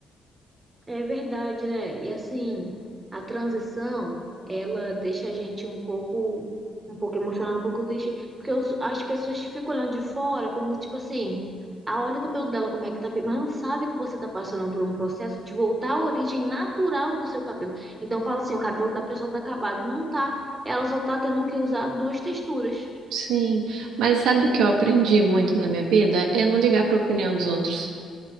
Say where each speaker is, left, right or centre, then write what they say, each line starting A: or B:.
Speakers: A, on the right; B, on the right.
A: É verdade, né? E assim, a transição, ela deixa a gente um pouco, um pouco emocionado, um pouco triste, porque os- as pessoas ficam olhando de fora, como tipo assim, ah, olha o cabelo dela como é que tá feio, mas não sabe que você tá passando por um processo de voltar à origem natural do seu cabelo. Então fala assim, o cabelo da pessoa tá acabado, não tá. Ela só tá tendo que usar duas texturas.
B: Sim, mas sabe o que eu aprendi muito na minha vida? É não ligar para a opinião dos outros.